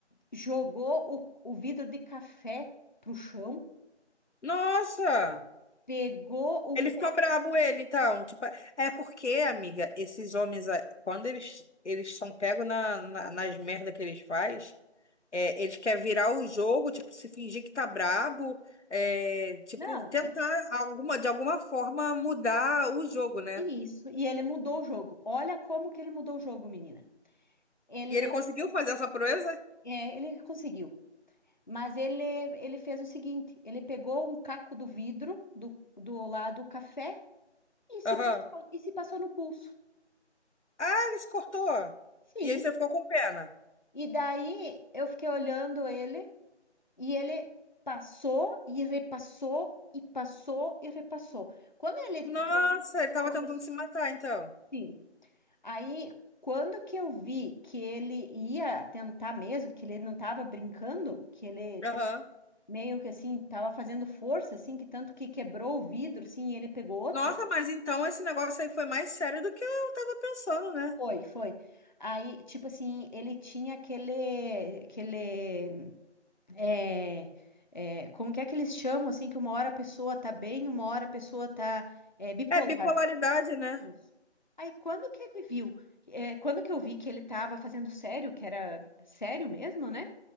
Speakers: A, on the left (about 40°); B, on the left (about 75°).
A: jogou o, o vidro de café pro chão,
B: Nossa!
A: pegou um.
B: Ele
A: pe-
B: ficou brabo, ele, então. Tipo, é porque, amiga, esses homens, ah, quando eles, eles são pegos na, na- nas merdas que eles fazem, É, ele quer virar o jogo, tipo, se fingir que tá brabo, é, tipo,
A: Não,
B: tentar
A: isso,
B: alguma, de alguma forma mudar o jogo, né?
A: isso. E ele mudou o jogo. Olha como que ele mudou o jogo, menina. Ele
B: E ele conseguiu fazer essa proeza?
A: É, ele conseguiu. Mas ele, ele fez o seguinte: ele pegou um caco do vidro do, do lado do café e se
B: Aham.
A: passou, e se passou no pulso.
B: Ah, ele se cortou.
A: Sim.
B: E aí você ficou com pena.
A: E daí eu fiquei olhando ele e ele passou e repassou e passou e repassou. Quando ele
B: Nossa,
A: que eu vi que
B: ele tava
A: começou,
B: tentando se matar, então.
A: sim. Aí quando que eu vi que ele ia tentar mesmo, que ele não estava brincando, que ele
B: Aham.
A: meio que assim, tava fazendo força, assim, que tanto que quebrou o vidro, assim, e ele pegou outro?
B: Nossa, mas então esse negócio aí foi mais sério do que eu tava pensando, né?
A: Foi, foi. Aí, tipo assim, ele tinha aquele, aquele, é, é, como que é que eles chamam, assim, que uma hora a pessoa tá bem, uma hora a pessoa tá, é, bipolar.
B: É bipolaridade, né?
A: Isso. Aí quando que ele viu, é, quando que eu vi que ele tava fazendo sério, que era sério mesmo, né?